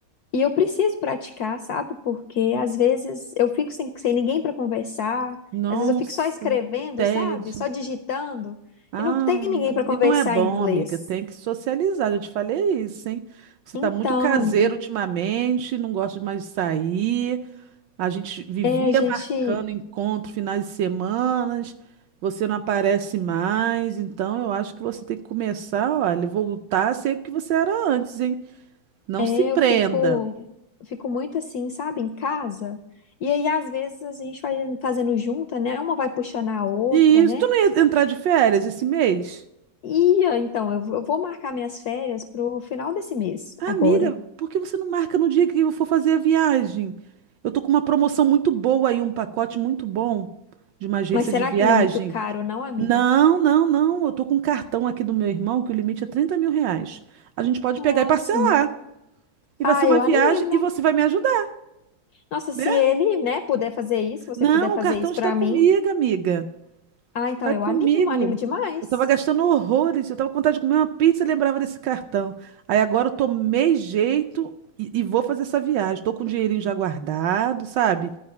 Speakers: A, on the left (about 75°); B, on the right (about 75°).
A: E eu preciso praticar, sabe? Porque às vezes eu fico sem, sem ninguém para conversar,
B: Nossa,
A: às vezes eu fico só escrevendo,
B: que tédio.
A: sabe? Só digitando,
B: Ah,
A: e não tem ninguém para conversar
B: e não é bom,
A: em inglês.
B: amiga. Tem que socializar. Eu te falei isso, hein? Você
A: Então,
B: tá muito caseiro
A: amiga,
B: ultimamente, não gosta mais de sair. A gente vivia
A: é, a gente,
B: marcando encontro, finais de semanas, você não aparece mais, então eu acho que você tem que começar, olha, voltar a ser o que você era antes, hein? Não
A: é,
B: se prenda.
A: eu fico, eu fico muito assim, sabe? Em casa. E aí, às vezes, a gente vai fazendo junta, né? Uma vai puxando a outra,
B: E isso,
A: né?
B: tu não ia entrar de férias esse mês?
A: E ah, então, eu eu vou marcar minhas férias pro final desse mês,
B: Amiga,
A: agora.
B: por que você não marca no dia que eu for fazer a viagem? Eu tô com uma promoção muito boa aí, um pacote muito bom de uma agência
A: Mas será
B: de viagem.
A: que não é muito caro, não, amiga?
B: Não, não, não. Eu tô com um cartão aqui do meu irmão que o limite é 30 mil reais. A gente pode
A: Nossa.
B: pegar e parcelar. E vai
A: Ah,
B: ser uma
A: eu
B: viagem
A: animo.
B: e você vai me ajudar,
A: Nossa,
B: né?
A: se ele, né, puder fazer isso, você
B: Não,
A: puder fazer
B: o cartão
A: isso
B: está
A: pra
B: comigo,
A: mim,
B: amiga.
A: ah, então
B: Está
A: eu
B: comigo.
A: animo, animo demais.
B: Eu estava gastando horrores. Eu estava com vontade de comer uma pizza e lembrava desse cartão. Aí agora eu tomei jeito e, e vou fazer essa viagem. Estou com o dinheirinho já guardado, sabe?